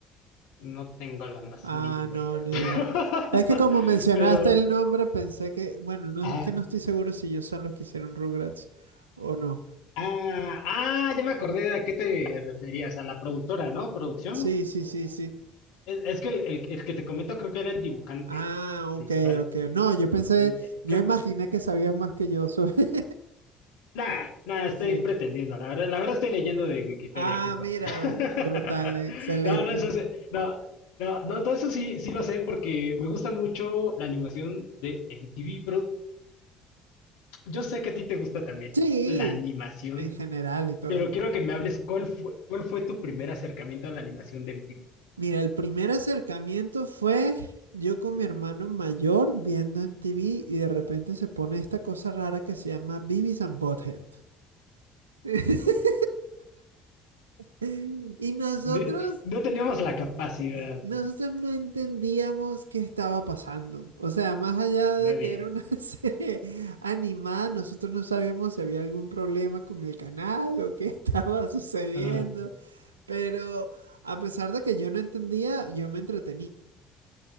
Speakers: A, on the left; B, on the right.
A: No tengo la más
B: Ah,
A: mínima
B: no,
A: idea,
B: ni
A: <laughs>
B: idea. Es que como mencionaste
A: pero...
B: el nombre, pensé que... Bueno, no,
A: Ah,
B: es que no estoy seguro si ellos son los que hicieron Rugrats o no.
A: ah, ah, ya me acordé a qué te referías, a la productora, ¿no? ¿Producción?
B: Sí, sí,
A: O...
B: sí, sí.
A: Es, es que el, el- el que te comento creo que era el dibujante,
B: Ah,
A: el
B: ok,
A: principal.
B: ok. No, yo pensé,
A: El, eh,
B: yo
A: creo-
B: imaginé que sabías más que yo sobre... <laughs>
A: Nah, nah,
B: Pero
A: estoy
B: sí.
A: pretendiendo, la verdad, la verdad estoy leyendo de Wikipedia
B: Ah,
A: justo.
B: mira,
A: <laughs>
B: brutal, excelente.
A: No, no, eso sí- no, no, no, todo eso sí, sí lo sé porque me gusta mucho la animación de MTV, pero... Yo sé que a ti te gusta también
B: Sí,
A: la animación,
B: en general y todo.
A: pero quiero que me hables cuál fue, cuál fue tu primer acercamiento a la animación de MTV.
B: Mira, el primer acercamiento fue yo con mi hermano mayor viendo en TV y de repente se pone esta cosa rara que se llama Beavis and Butthead. <laughs>
A: Uf,
B: Y nosotros,
A: de- no teníamos la capacidad,
B: nosotros no entendíamos qué estaba pasando. O sea, más allá de
A: nadie.
B: que era una <laughs> serie animada, nosotros no sabíamos si había algún problema con el canal o qué <laughs> estaba sucediendo.
A: Ajá.
B: Pero a pesar de que yo no entendía, yo me entretenía.